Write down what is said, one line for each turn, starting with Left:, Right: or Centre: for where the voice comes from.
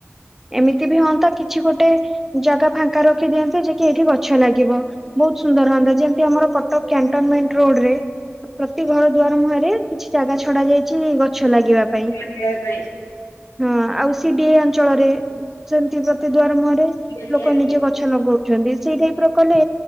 Centre: ଏମିତି ବି ହୁଅନ୍ତା କିଛି ଗୋଟେ ଜାଗା ଫାଙ୍କା ରଖିଦିଅନ୍ତେ ଯେ କି ଏଇଠି ଗଛ ଲାଗିବ। ବହୁତ୍ ସୁନ୍ଦର ହୁଅନ୍ତା ଯେମିତି ଆମର କଟକ କ୍ୟାଣ୍ଟନମେଣ୍ଟ ରୋଡ଼ରେ ପ୍ରତି ଘର ଦୁଆର ମୁହଁରେ କିଛି ଜାଗା ଛଡା ଯାଇଚି ଗଛ ଲାଗିବା ପାଇଁ।
Left: କରିବା ପାଇଁ
Centre: ହଁ ଆଉ ସି ଡି ଆ ଇ ଅଞ୍ଚଳରେ ସେମିତି ପ୍ରତି ଦ୍ୱାର ମୁହରେ
Left: ନିହାତି
Centre: ଲୋକ ନିଜ ଗ ଗଛ ଲଗଉଚନ୍ତି ସେଇ ଟାଇପ୍ ରେ କଲେ